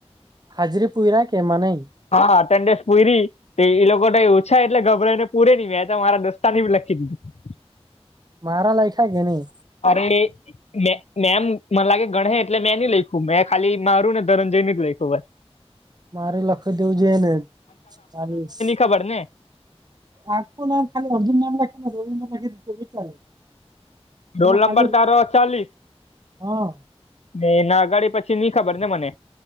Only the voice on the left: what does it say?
હા એટેન્ડેસ પૂરી તે ઈ લોકો ઓછા એટલે ગભરાઈ ને પૂરિ તી મેતો મારા દોસ્તારની ભી લખી દીધી
અરે મે મેમ મન લાગ્યું ગણે હે એટલે મેં ની લયખૂ મેં ખાલી મારું ને ધરનજય ની જ લયખુ બ
ખબરને
રોલ
નંબર તારો ચાલીસ
ને એના અગાડી પછી ની ખબર ને મને